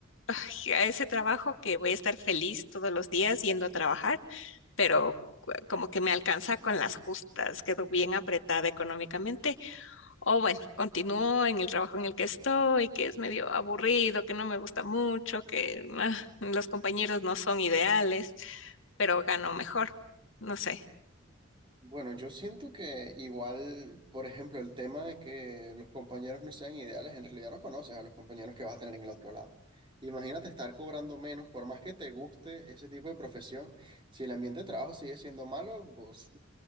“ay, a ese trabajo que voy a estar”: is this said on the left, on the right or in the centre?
Left